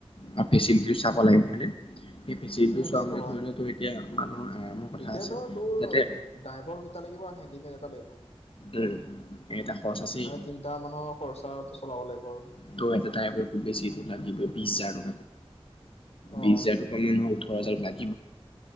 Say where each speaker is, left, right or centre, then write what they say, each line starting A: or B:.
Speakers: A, on the left; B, on the left.
A: ভাবি চিন্তিও চাব লাগিব সেই ফেচিলিটো
B: উম
A: চোৱা
B: সেইটো
A: মানে
B: হয়।
A: ধৰি লওতো এতিয়া মানুহৰ আৰামৰ কথা
B: এতিয়া
A: আছে
B: ধৰ তোৰ,
A: যাতে
B: ড্ৰাইভাৰ দুটা লাগিব আৰু হেণ্ডিমেন এটা লাগিব। অ'
A: উম এটা খৰচ আছেই
B: তিনিটা মানুহৰ খৰচাটো চলাব লাগিব আৰু
A: ত এটা টায়াৰত লাগিবই বিশ হাজাৰ টকা।
B: অঁ।
A: বিশ হাজাৰ টকমানয় ওঠৰ হাজানায়।